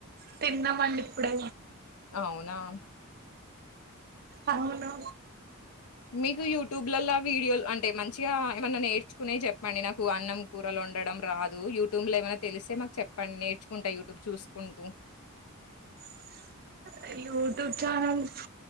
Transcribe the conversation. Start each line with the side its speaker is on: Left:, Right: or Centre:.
Right: తిన్నామండి ఇప్పుడే
Left: అవునా
Right: అవును
Left: మీకు యూట్యూబ్లలా వీడియోలు అంటే మంచిగా ఏమన్నా నేర్చుకునే చెప్పండి నాకు అన్నం కూరలు ఉండడం రాదు యూట్యూబ్ లో ఏమైనా తెలిస్తే మాకు చెప్పండి నేర్చుకుంటా యూట్యూబ్ చూసుకుంటూ
Right: <inaudible> యూట్యూబ్ ఛానల్స్